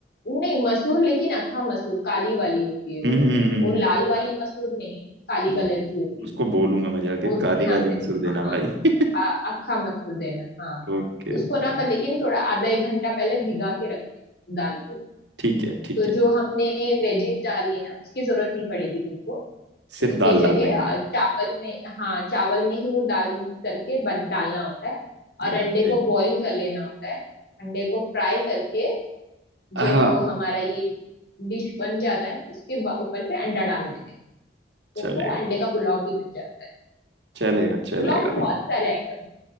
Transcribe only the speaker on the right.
हम्म
हम्म हम्म, हम्म।
हम्म।
नहीं
नहीं
उसको
बोलूंगा मैं जाके
काली वाली
मसूर देना
भाई <laughs>
ओके
ओके
ठीक है ठीक
है
सिर्फ
दाल
डाल देंगे
ओके
हाँ
चलेगा
चलेगा चलेगा